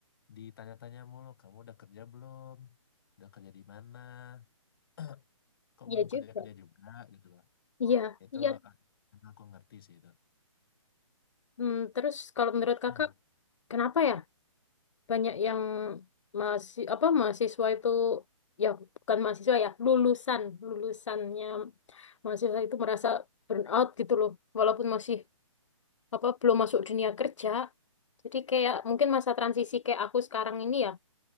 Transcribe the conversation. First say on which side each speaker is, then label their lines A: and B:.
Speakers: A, on the left; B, on the left.
A: ditanya-tanya mulu, kamu udah kerja belum? Udah kerja di mana? <clears throat> Kok
B: Iya
A: belum
B: juga.
A: kerja-kerja juga gitu loh.
B: Iya,
A: Itu
B: iya.
A: ah, emang aku ngerti sih itu. <clears throat>
B: Hmm, terus kalau menurut Kakak,
A: Ah,
B: kenapa ya? banyak yang masih apa mahasiswa itu ya bukan mahasiswa ya lulusan lulusannya mahasiswa itu merasa burnout gitu loh walaupun masih apa belum masuk dunia kerja jadi kayak mungkin masa transisi kayak aku sekarang ini ya